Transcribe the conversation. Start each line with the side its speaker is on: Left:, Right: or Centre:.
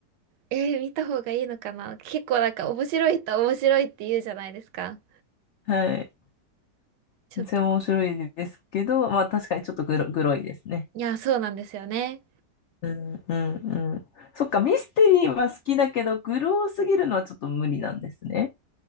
Right: えー見た方がいいのかな。結構なんか面白い人は面白いって言うじゃないですか。
Left: はい。
Right: ちょっと、
Left: めっちゃ面白いですけど、まあ確かにちょっとグロ、グロいですね。
Right: いや、そうなんですよね。
Left: うん、うん、うん。そっか、ミステリーは好きだけど、グロすぎるのはちょっと無理なんですね。